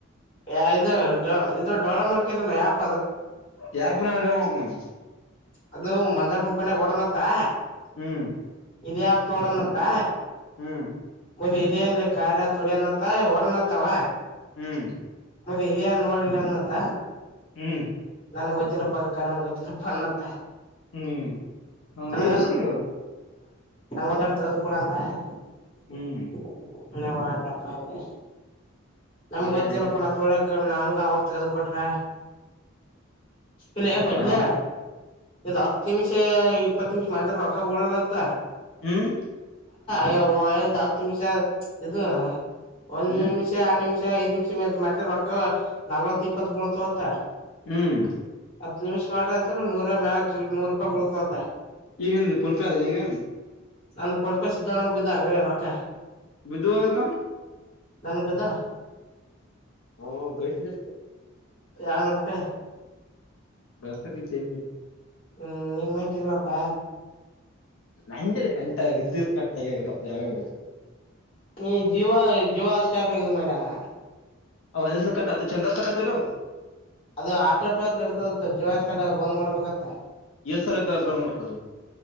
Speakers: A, on the left (about 25°); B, on the left (about 70°).
A: ಯ ಇದು ಇದ್ರ ಡೌನ್ಲೋಡ್ ಮಾಡ್ಕರಲ್ಲ ಆಪ್
B: ಯಾರು ಪುನ್ನ ಅ ಹಕಣಾನ
A: ಅದು ಮಂಜಾಪನ ಪಂಡೆಗೆ ಹೊಡನ್ತ್ತಾ
B: ಹ್ಮ್
A: ಇದ್ಯಾಾಪ್ ನೋಡಣತ್ತ
B: ಹ್ಮ್
A: ಮದ್ ಇದೇಏನ್ ಖಾರ ತುಡಿ ಅನ್ತ್ತ ಒಡನತ್ತಾವ
B: ಹ್ಮ್
A: ಮತ್ತೆ ಇದ ಏನ್ ನೋಡ್ಲಿ ಅಂದತ್ತ
B: ಹ್ಮ್
A: ನನಗೆ ಗೊತ್ತಿರಪ್ಪಕ್ಕ ನಮಗೆ ಗೊತ್ತಿಿಲ್ಲಪ್ಪ ಅನ್ನತ್ತ
B: ಹ್ಮ್ ಹ
A: ಅ
B: ವಿಷರು
A: ನಷ ನನ್ ಒಂದಡ್ ತಗದು ಕೂಡ ಅಂತ್ಣಪ್ಪೆ
B: ಹ್ಮ್
A: ನಮ್ಗ್
B: ಒಳ್ಳೇದ್
A: ಗೊತ್ತಿಲ್ಲಪ್ಪ ನಾ ಸುಳ್ಯಕ ನಾನಗ ಅವರು ತಗದ ಕೊಟ್ರೆ ಇಲ್ಲ ಪಂಜೆ
B: ಹ
A: ಇದು್ ಹತ್ ನಿಮಿಷ ಇಪ್ಪತ್ತು ನಿಮಿಷ ಮಾ ರೊಕ್ಕ ಬಳಲ್ಲತ್ತ
B: ಹ್ಮ್
A: ಯ ಐದು್ ಹತ್ತು ನಿಮಿಷ ಇದು ಒಂದ್
B: ಹ್ಮ್
A: ನಿಮಿಷ ಆರಡು ನಿಮಿಷ ಐದು್ ನಿಮಿಷ ಮಾಡ ರಕ ನಲ್ ತಿಪ್ಪತ್ ಬೋಳತತ
B: ಹ್ಮ್
A: ಹತ್ ನಿಮಿಷ್ ಮಾಡತ ನೂೂಾಯ ಮ ಚ ನೂರು ರೂಪಾಯಿ ಬಳ್ತವತ
B: ನಂದು ಪುಂಪ ಅದ ನೀಗ
A: ನಂದು ಪಣಪ ಸಧಾರಣಂಗ ಬಿದ್ದ ಅಂಗಡಿಯ ರೊಕ್ಕ
B: ವಿಧವಗ
A: ನಾನು ಬಿದ್ದ
B: ಹ ಗೈಸಿದೆಪ್ಪ
A: ಎಳ್ನೂರು ರೂಪಾಯಿ
B: ಬಳಸಕ್ಕಿಂತ ನ್ಿ
A: ಹ್ಮ್ ನಿ ಮಾಡಟ ಇಲ್ಲಪ್ಪಾ
B: ನಂಜಲ್ಲಿ ಕಂಟ ವಿದ್ಯುತ್ ಕಟ್ಾಗ್ಯಲ್ವ ಯಾವ್ಯ
A: ನೀ ಜೀಿವ ಜೀಿವ ಸ್ಟಾರ್ನ ಮಾಡಡಾನ
B: ಒಂದಸ ಕಟ್ಟತ ಚಂದಾಗ ಕಟ್ಟತ ಇಲ
A: ಅದು ಆಟ ರೂಪಾಯಿ ಇರ್ತದತ್ತ ಜೀವನಸ್ಥಳ ಬಂದ್ ಮಾಡ್ಬೇಕತ್ತ
B: ಎಷ್ಟು ಸಾಲ ಬರ್ಬೇಕು ಅದು